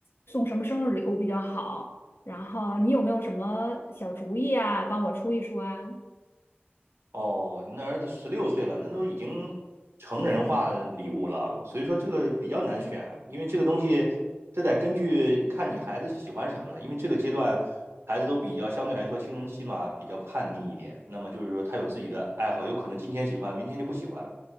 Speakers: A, on the left; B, on the right.
A: 送什么生日礼物比较好。然后你有没有什么小主意啊，帮我出一出啊？
B: 哦，你那儿子十六岁了，那都已经成人化礼物了，所以说这个比较难选，因为这个东西，这得根据看你孩子喜欢什么了，因为这个阶段孩子都比较相对来说青春期嘛，比较叛逆一点，那么就是说他有自己的爱好，有可能今天喜欢，明天就不喜欢了，